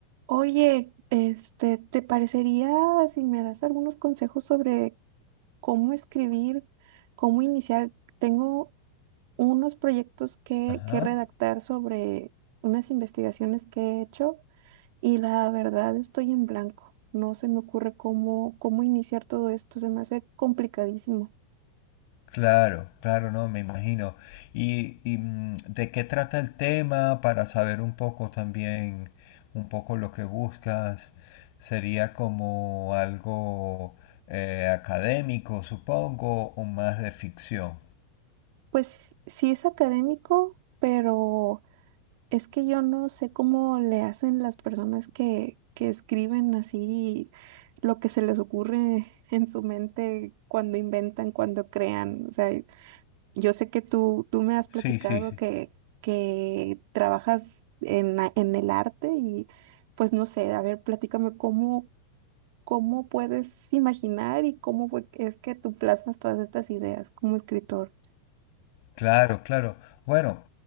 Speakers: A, on the right; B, on the left.
A: Oye, este, ¿te parecería si me das algunos consejos sobre cómo escribir, cómo iniciar? Tengo unos proyectos que,
B: Ajá.
A: que redactar sobre unas investigaciones que he hecho y la verdad estoy en blanco. No se me ocurre cómo, cómo iniciar todo esto, se me hace complicadísimo.
B: Claro, claro, no, me imagino. ¿Y, y, mm, de qué trata el tema para saber un poco también, un poco lo que buscas? ¿Sería como algo eh, académico, supongo, o más de ficción?
A: Pues sí es académico, pero Es que yo no sé cómo le hacen las personas que, que escriben así lo que se les ocurre <laughs> en su mente cuando inventan, cuando crean. O sea, yo sé que tú, tú me has
B: Sí,
A: platicado
B: sí, sí.
A: que, que trabajas en, la- en el arte y pues no sé, a ver, platícame cómo, cómo puedes imaginar y cómo fue que- es que tú plasmas todas estas ideas como escritor.
B: Claro, claro. Bueno,